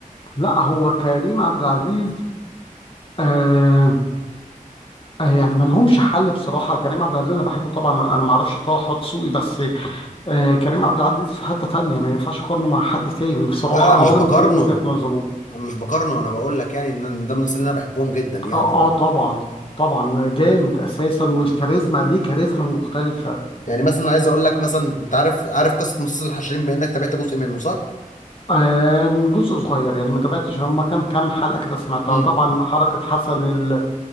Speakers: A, on the left (about 40°); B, on the left (about 60°).
A: لا هو كريم عبد العزيز آه آه، يعني ما لهمش حل بصراحه كريم عبد العزيز انا بحبه طبعا انا ما اعرفش طه دسوقي بس آه كريم عبد العزيز في حته تانية ما ينفعش اقارنه مع حد تاني بصراحه
B: لا لا
A: او
B: مش
A: انا
B: بقارنه
A: من ده من وجهه نظره
B: انا مش بقارنه انا بقول لك يعني ان ده من المسلسلين اللي انا بحبهم جدا يعني
A: اه اه طبعا طبعا جامد اساسا والكاريزما دي كاريزما مختلفه
B: يعني مثلا عايز اقول لك مثلا انت عارف عارف قصه مسلسل الحشرين بما انك تابعت جزء منه صح
A: آه من جزء صغير يعني ما تابعتش هم كام كام حلقه كده سمعتها
B: امم
A: طبعا حركه حسن ال...